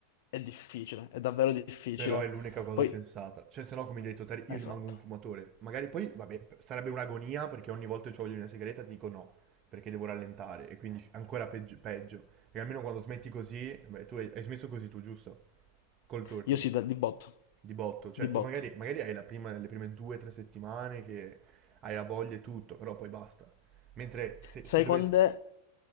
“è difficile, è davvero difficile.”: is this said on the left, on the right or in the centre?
Left